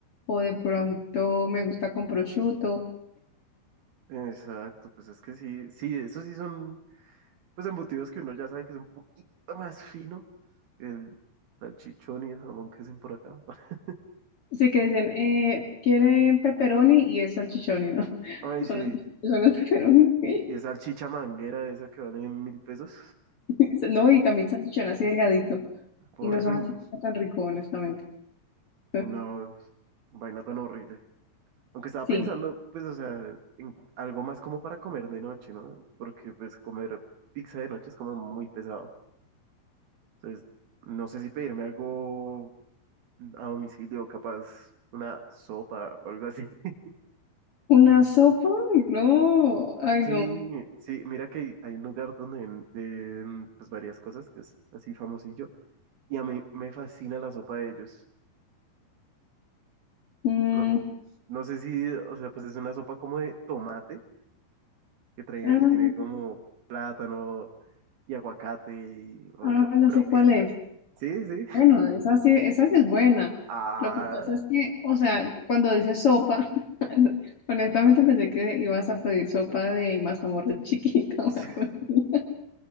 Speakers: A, on the left; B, on the right.
A: o de pronto me gusta con prosciutto.
B: exacto, pues es que sí, sí, esos sí son, pues embutidos que uno ya sabe que es un poquito más fino que el salchichón y el jamón que hacen por acá. <laughs>
A: Así que dicen, eh, ¿quieren pepperoni? Y es salchichoni, ¿no? <laughs>
B: Ay,
A: Son
B: sí,
A: los, son los pepperoni,
B: y,
A: ¿sí?
B: y esa salchicha manguera esa que vale mil pesos.
A: <laughs> No, y también salchichón así delgadito.
B: Pobre-
A: Y no sabe
B: uy,
A: así
B: no,
A: como tan rico, honestamente. <laughs>
B: no, vaina tan horrible. Aunque estaba
A: Sí.
B: pensando, pues, o sea, en algo más como para comer de noche, ¿no? Porque, pues, comer pizza de noche es como muy pesado. Entonces, no sé si pedirme algo a domicilio, capaz una sopa o algo así. <laughs>
A: ¿Una sopa? No. Ay,
B: Sí,
A: no.
B: sí, mira que hay un lugar donde venden, pues, varias cosas que es así famosillo. Y a mí me fascina la sopa de ellos.
A: Mm,
B: No, no sé si, o sea, pues es una sopa como de tomate que trae,
A: ah,
B: que tiene como plátano y aguacate y, o-
A: ah,
B: o-
A: ya
B: pero
A: sé cuál
B: es,
A: es.
B: sí, sí.
A: Bueno, esa sí, esa sí es buena.
B: Ah,
A: Lo que pasa es que, o sea, cuando dices sopa, <laughs> honestamente pensé que ibas a pedir sopa de mazamorra <laughs> chiquita
B: <laughs>
A: o algo así,